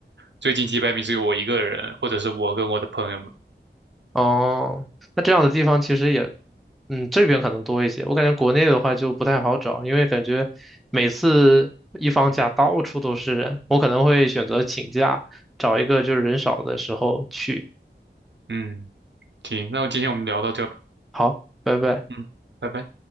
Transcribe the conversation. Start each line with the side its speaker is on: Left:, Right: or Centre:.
Right: 最近几百米只有我一个人，或者是我跟我的朋友们。
Centre: 哦，那这样的地方其实也，嗯，这边可能多一些。我感觉国内的话就不太好找，因为感觉每次一放假到处都是人，我可能会选择请假，找一个就是人少的时候去。
Right: 嗯，行，那我今天我们聊到这吧，
Centre: 好，拜拜。
Right: 嗯，拜拜。